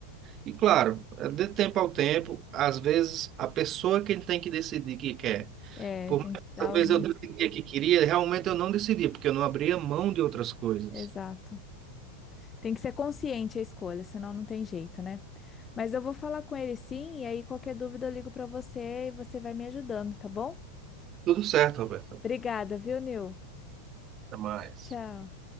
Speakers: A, on the right (about 30°); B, on the left (about 20°).
A: E claro, é de tempo ao tempo, às vezes a pessoa que tem que decidir que quer.
B: É,
A: Por
B: tem
A: mais
B: que dar
A: que às vezes
B: o início.
A: eu decidia que queria, realmente eu não decidi, porque eu não abria mão de outras coisas.
B: Exato. Tem que ser consciente a escolha, senão não tem jeito, né? Mas eu vou falar com ele sim, e aí qualquer dúvida eu ligo para você e você vai me ajudando, tá bom?
A: Tudo certo, Roberto.
B: Obrigada, viu, Nil?
A: Até mais.
B: Tchau.